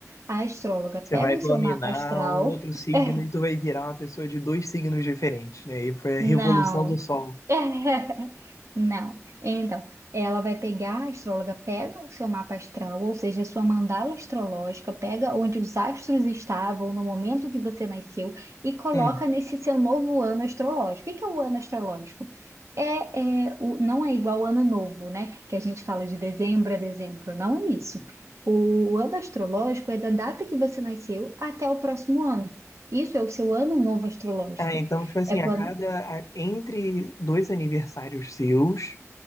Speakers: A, on the right; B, on the left.
A: A astróloga pega
B: Você vai
A: o
B: dominar
A: seu mapa astral.
B: um outro signo
A: <laughs> É.
B: e tu vai virar uma pessoa de dois signos diferentes, né? E foi a revolução
A: Não.
B: do sol.
A: <laughs> Não. Então, ela vai pegar, a astróloga pega o seu mapa astral, ou seja, a sua mandala astrológica, pega onde os astros estavam no momento que você nasceu e coloca
B: Hum.
A: nesse seu novo ano astrológico. O que que é o ano astrológico? É, é, o, não é igual ao ano novo, né? Que a gente fala de dezembro a dezembro. Não é isso. O ano astrológico é da data que você nasceu até o próximo ano. Isso é o seu ano novo astrológico.
B: Ah, então, tipo assim,
A: É quando.
B: a cada. a- entre dois aniversários seus,